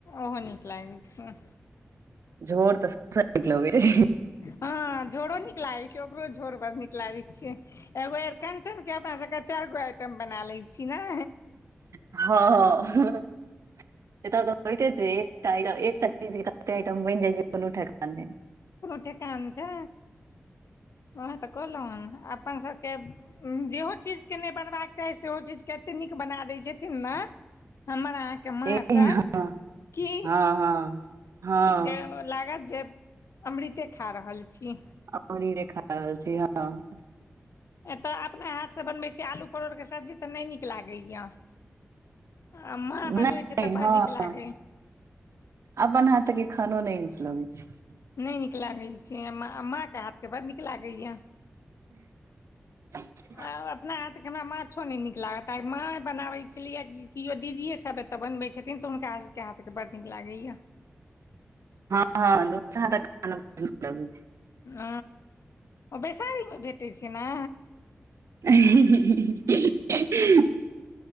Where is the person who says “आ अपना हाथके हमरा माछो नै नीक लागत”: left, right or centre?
Left